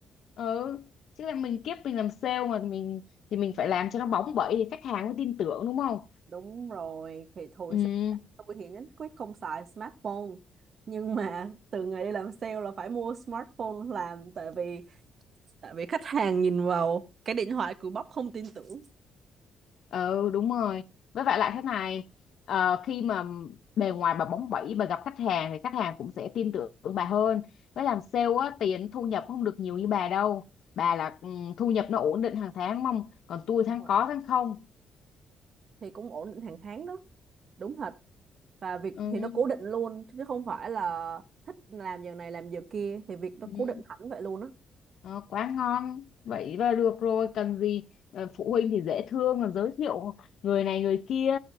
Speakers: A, on the left; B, on the right.
A: ừ chứ là mình kiếp mình làm sale mà mình thì mình phải làm cho nó bóng bẩy thì khách hàng mới tin tưởng đúng không
B: Đúng rồi, thì thôi
A: ừ
B: sinh ra tôi thì nhất quyết không xài smartphone. Nhưng mà từ ngày đi làm sale là phải mua smartphone làm tại vì tại vì khách hàng nhìn vào cái điện thoại cùi bắp không tin tưởng.
A: ừ đúng rồi với lại lại thế này ờ, khi mà bề ngoài bà bóng bẩy bà gặp khách hàng thì khách hàng cũng sẽ tin tưởng bà hơn với làm sale á tiền thu nhập không được nhiều như bà đâu bà là ừ, thu nhập nó ổn định hàng tháng mong còn tôi tháng
B: Đúng rồi.
A: có tháng không
B: Thì cũng ổn định hàng tháng đó, đúng thật. Và việc
A: ừ.
B: thì nó cố định luôn chứ không phải là thích làm giờ này làm giờ kia thì việc nó
A: Ừ.
B: cố định hẳn vậy luôn á.
A: Ờ, quá ngon vậy là được rồi cần gì Ờ, phụ huynh thì dễ thương là giới thiệu người này người kia